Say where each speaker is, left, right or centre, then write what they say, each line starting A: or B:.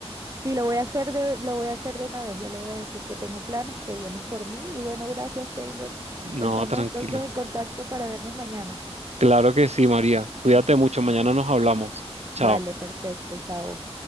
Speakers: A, on the right; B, on the right.
A: Sí, lo voy a hacer de, lo voy a hacer de una vez. Ya le voy a decir que tengo planes, que vienes por mí. Y bueno, gracias, Taylor. Estamos
B: No, tranquila.
A: entonces en contacto para vernos mañana.
B: Claro que sí, María. Cuídate mucho. Mañana nos hablamos. Chao.
A: Vale, perfecto. Chao.